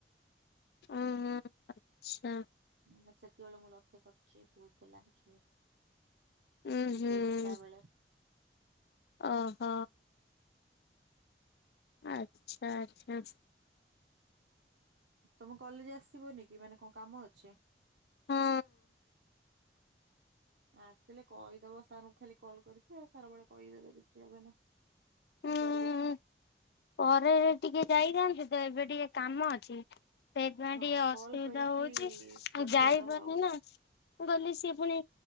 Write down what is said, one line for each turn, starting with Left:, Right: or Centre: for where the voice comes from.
Left: ହଁ ହଁ ଆଛା।
Right: ମାନେ ସେତେବେଳେ ମୁଁ ଲକ୍ଷ୍ୟ କରିଛି ହଉଥିଲା ଜୋରେ।
Left: ହୁଁ ହୁଁ
Right: ତିନିଟା ବେଳେ
Left: ଓହ। ଆଚ୍ଛା ଆଚ୍ଛା।
Right: ତମ କଲେଜ ଆସିବନି କି ମାନେ କଣ କାମ ଅଛି?
Left: ହୁଁ।
Right: ଆସିଲେ କହିଦବ ସାରଙ୍କୁ ଖାଲି କଲ କରିକି ଆଉ ସାର ବେଳେ କହିଦେବେ କିଛି ହେବନି। କଁ
Left: ହୁଁ।
Right: କରିବ?
Left: ପରେ ଟିକେ ଯାଇଥାନ୍ତି ତ ଏବେ ଟିକେ କାମ ଅଛି। ସେଇଥିପାଇଁ
Right: ହଁ
Left: ଟିକେ ଅସୁବିଧା
Right: କଲ୍ କରିକି
Left: ହଉଛି ମୁଁ
Right: ପଚାରିଦବ
Left: ଯାଇପାରୁନି
Right: ଆଉ
Left: ନା। ମୁଁ ଗଲି ସିଏ ପୁଣି